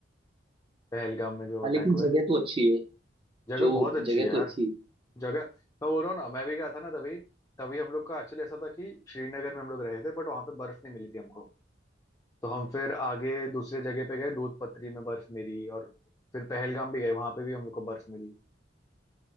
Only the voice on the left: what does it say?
पहलगाम में जो
अटैक
हुए
जगह
बहुत अच्छी
है यार
जगह मैं बोल रहा हूँ ना मैं भी गया था ना तभी तभी हम लोग का एक्चुअली ऐसा था कि श्रीनगर में हम लोग रहे थे बट वहां पे बर्फ नहीं मिली थी हमको तो हम फिर आगे दूसरे जगह पे गए दूध पत्री में बर्फ मिली और फिर पहलगाम भी गए वहां पे भी हम लोग को बर्फ मिली